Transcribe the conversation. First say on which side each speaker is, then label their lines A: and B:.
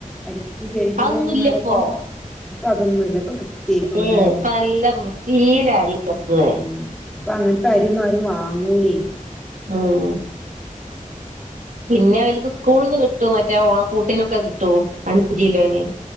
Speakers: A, in the centre; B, on the right.
A: അരിക്ക്. കഴുകി
B: അതൊന്നുമില്ല
A: കഴിഞ്ഞാലൊക്കെ
B: ഇപ്പൊ
A: ഇപ്പ അതൊന്നുവില്ല ഇപ്പൊ കി - കേക്കുണുലേ.
B: ഏ ഇപ്പൊ നല്ല വൃത്തിയില അരി വെക്കണേ
A: ഉം ഇപ്പ അങ്ങനത്തെ അരിയോന്നും ആരും വാങ്ങൂലേ
B: ഉം പിന്നെ അവർക്ക് സ്കൂളിന്ന് കിട്ടുവോ മറ്റേ ഓണക്കൂട്ടിനൊക്കെ കിട്ടുവോ അഞ്ച കിലോന്-